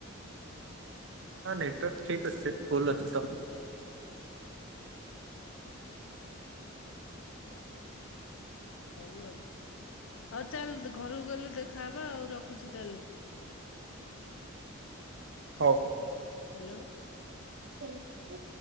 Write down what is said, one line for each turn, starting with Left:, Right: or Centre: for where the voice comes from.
Right: ହଁ ନେଟୱାର୍କ ଠିକ୍ ଅଛି ଫୁଲ୍ ଅଛି ତ
Left: ହଉ ଆ ହଉ ଚାଲ୍ ଘରକୁ ଗଲେ ଦେଖା ହବ। ହବ ଆଉ ରଖୁଛି ତାହେଲେ।
Right: ହଉ।
Left: ହାଲୋ।
Right: ସେ।